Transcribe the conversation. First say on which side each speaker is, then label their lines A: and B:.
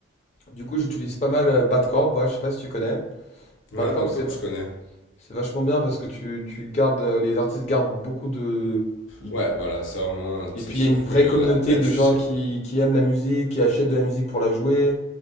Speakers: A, on the left; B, on the left.
A: du coup, j'utilise pas mal euh, Badcamp. Moi, je sais pas si tu connais. Badcamp,
B: ouais Bandcamp
A: c'est v-
B: je connais.
A: c'est vachement bien parce que tu, tu gardes euh, les artistes gardent beaucoup de, ils
B: Ouais voilà ça au moins
A: Et
B: c'est
A: puis
B: sûr
A: il y a une vraie
B: que là
A: communauté
B: là
A: de
B: tu
A: gens
B: sais.
A: qui, qui aiment la musique, qui achètent de la musique pour la jouer.